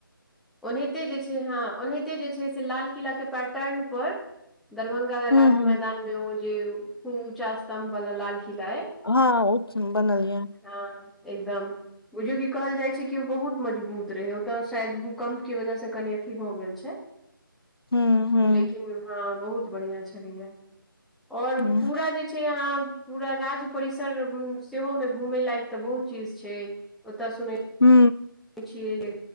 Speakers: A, in the centre; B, on the left.
A: ओनाहिते जे छै हँ ओनाहिते जे छै से लाल किलाके पटन परर दरभंगा
B: हूँ
A: राज
B: हूँ
A: मैदान मे ओ जे खूब ऊँचा स्तम्भ वला लाल किला अय
B: हँ ओ बनलऐ।
A: हँ एकदम। बुझो की कहल जाइ छै कि ओ बहुत मजबूत रहे ओ तऽ शायद भूकम्प के वजह से कनि अथि भऽ गेल छै।
B: हूँ हूँ
A: लेकिन हँ बहुत बढ़िआ छलैया आओर
B: हुं
A: पूरा जे छे से आ ह पूरा राज परिसर सेहो मे। घूमे लायक तऽ बहुत चीज छै ओत सुने।
B: हू
A: देख छियै जे